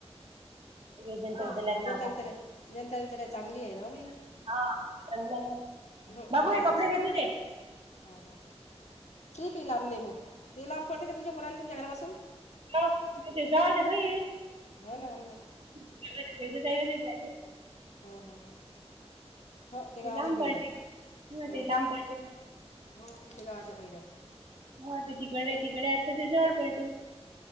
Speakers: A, on the right; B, on the left.
A: विजंता
B: बरं
A: विद्यालयात
B: बरं जनता
A: नाव टाकलं,
B: विद्यालय जनता विद्यालय चांगली आहे ना बाई
A: हो चांगल आहे ना.
B: हो
A: बाबु
B: चांगली
A: हे
B: आहे
A: कपडे
B: ती शाळा
A: घे तुझे.
B: हो हो ठीक आहे लांब नाही पण ते लांब पडते का तुमच्या पुराला तुमच्या घरापासुन?
A: <inaudible>
B: होन हो हो.
A: <inaudible>
B: हो हो हो हो ते गावाच्या
A: लांब
B: बाहीर
A: पडते
B: आहे.
A: हा
B: हॊ
A: ते लांब
B: हॊ.
A: पडते ना
B: हो ते गावाच्या बाहीर आहे.
A: हो ते तिकडे तिकडे अस ते जवळ पडते.